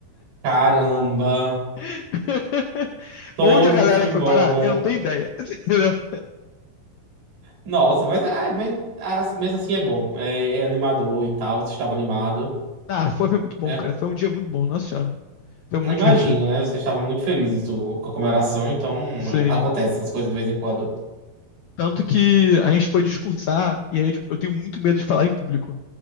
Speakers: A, on the right; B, on the left.
A: caramba,
B: <laughs>
A: todo
B: Onde a galera
A: mundo foi
B: foi
A: embora,
B: parar, eu não tenho ideia. <laughs> Entendeu?
A: nossa, mas, ah, mas ah, mesmo assim é bom, é, é animador e tal, você estava animado,
B: Ah, foi, foi muito bom,
A: né,
B: cara. Foi um dia muito bom, nossa senhora. Foi
A: eu
B: muito
A: imagino,
B: divertido.
A: né, vocês estavam muito felizes do- com a comemoração, então hum,
B: Sim.
A: acontece essas coisas de vez em quando,
B: Tanto que a gente foi discursar, e aí, tipo, eu tenho muito medo de falar em público.